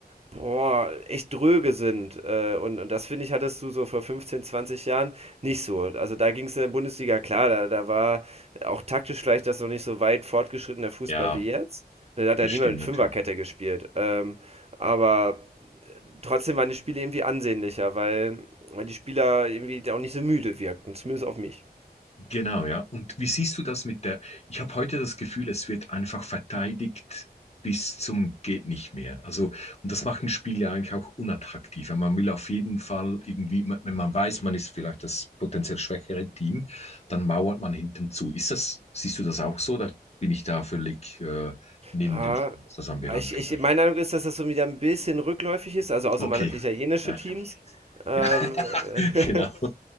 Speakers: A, on the right; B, on the left.
A: boah, echt dröge sind. Äh, und, und das finde ich, hattest du so vor 15, 20 Jahren nicht so. Also da ging es in der Bundesliga klar, da, da war auch taktisch vielleicht das noch nicht so weit fortgeschrittener Fußball
B: Ja,
A: wie jetzt. Da hat
B: das
A: ja niemand
B: stimmt
A: mit
B: natürlich.
A: Fünferkette gespielt. Ähm, aber trotzdem waren die Spiele irgendwie ansehnlicher, weil, weil die Spieler irgendwie auch nicht so müde wirkten, zumindest auf mich.
B: Genau, ja. Und wie siehst du das mit der, ich habe heute das Gefühl, es wird einfach verteidigt bis zum geht nicht mehr. Also, und das macht ein Spiel ja eigentlich auch unattraktiver. Man will auf jeden Fall irgendwie, wenn man weiß, man ist vielleicht das potenziell schwächere Team, dann mauert man hinten zu. Ist das, siehst du das auch so? Da bin ich da völlig äh, neben
A: Ah,
B: den Schuhen, was das anbelangt.
A: ich, ich,
B: Oder?
A: meine Meinung ist, dass das so wieder ein bisschen rückläufig ist, also außer
B: Okay.
A: man hat italienische
B: Ja, <laughs>
A: Teams. Ähm,
B: Ja. <laughs>
A: <laughs>
B: genau.